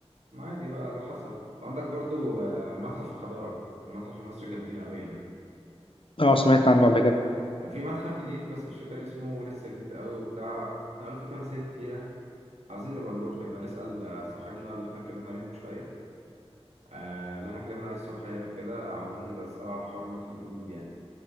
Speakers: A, on the right (about 80°); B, on the left (about 55°).
A: ما عادي بقى اللي حصل وعندك برضو آه، متحف الحضارة المتحف المصري جامدين أوي يعني
B: اه سمعت عنه قبل كده
A: وفي متحف جديد بس مش فاكر اسمه لسه جديد قوي وبتاع نقلوا فيه تماثيل كتيرة عاوزين نبقى نروح يبقى نسأل آه، صاحبنا اللي احنا اتكلمنا عليه من شوية آه اللي احنا اتكلمنا عليه الصبح يعني وكده عاوزين نبقى نسأله على حوار المتحف الجديد يعني